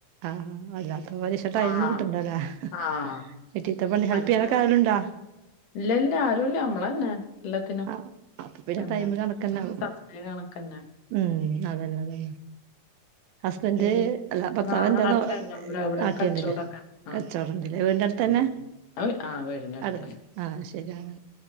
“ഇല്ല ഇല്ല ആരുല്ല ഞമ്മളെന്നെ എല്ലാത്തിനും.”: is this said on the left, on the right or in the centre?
Left